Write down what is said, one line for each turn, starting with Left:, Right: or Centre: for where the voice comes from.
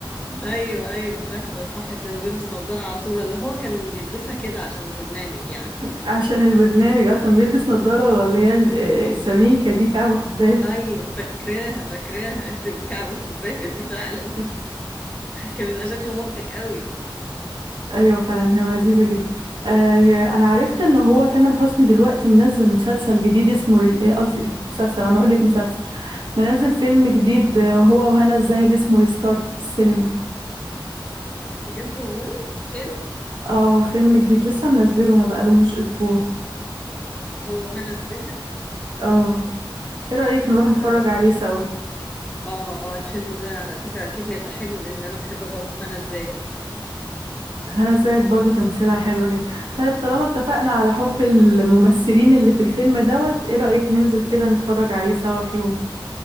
Left: ايوه ايوه فاكره صح كان بيلبس نظاره على طول ولا هو كان بيلبسها كده عشان البرنامج يعني
Right: <laughs> عشان البرنامج اه كان بيلبس نظارة اللي هي ال- آه، السميكة دي كعب كوباية
Left: ايوه فاكراها فاكراها <laughs> كعب الكوبايه دي فعلا
Right: <laughs>
Left: كان بيبقى شكله مضحك قوي
Right: أيوة فعلا هو لذيذة جدا آه، أنا عرفت إن هو تامر حسني دلوقتي منزل مسلسل جديد اسمه ري- آه، قصدي مسلسل أنا أقول لك مسلسل منزل فيلم جديد آه، هو وهنا الزاهد اسمه ريستارت في السينما
Left: بجد والله فيلم
Right: اه فيلم جديد لسه منزله ما بقالهوش اسبوع
Left: هو هنا الزاهد
Right: اه ايه رأيك
Left: لا
Right: نروح نتفرج
Left: اه
Right: عليه سوا
Left: اه آه، الفيلم ده على فكره اكيد هيبقى حلو لان انا بحب برضه هنا الزاهد
Right: هنا الزاهد برضو تمثيلها حلوة جدا طيب طالما اتفقنا على حب الممثلين اللي في الفيلم دوت ايه رأيك ننزل كده نتفرج عليه سوا في يوم